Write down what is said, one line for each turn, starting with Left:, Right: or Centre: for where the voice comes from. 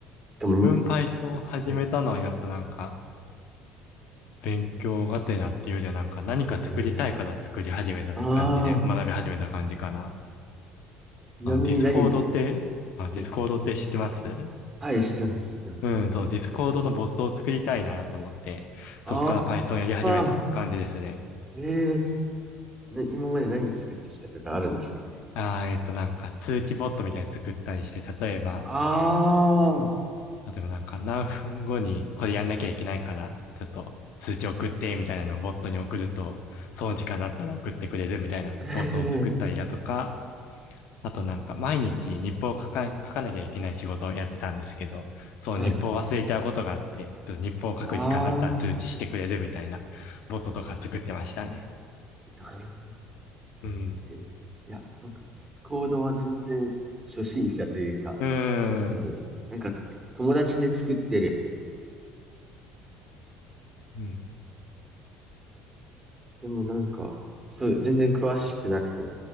Right: かもに、
Left: 自分 Python を始めたのはやっぱなんか、
Right: はい。
Left: 勉強がてらっていうよりはなんか何か作りたいから作り始めたって感じで学び始めた感じかな。
Right: えー、ああ、ちなみに何作って、
Left: あの、ディスコードって、あ、ディスコードって知ってます
Right: はい。はい、知ってます、知ってます。
Left: うん、そう、ディスコードのボットを作りたいなと思って、そこから
Right: あ
Left: Python やり始めたって感じですね。
Right: あ、ええー、な今まで何作ってきたとかあるんですか
Left: あー、えっと、なんか通知ボットみたいに作ったりして、例えば、
Right: あ、あ
Left: 例えばなんか何分後にこれやんなきゃいけないから、ちょっと通知送ってみたいなのをボットに送ると、その時間だったら送ってくれるみたいなボットを作ったりだとか、
Right: ええ
Left: あとなんか毎日日報を書か、書かなきゃいけない仕事をやってたんですけど、そう日報を忘れちゃうことがあって、
Right: はい。
Left: と日報を書く時間になったら通知してくれるみたいなボットとか作ってましたね。
Right: ああ、なるほど。
Left: うん。
Right: えーいや、僕、ディスコードは全然初心者というか、
Left: うーん。
Right: えーなんか、友達で作ってる。
Left: うん。
Right: でもなんか、そう、全然詳しくなくて、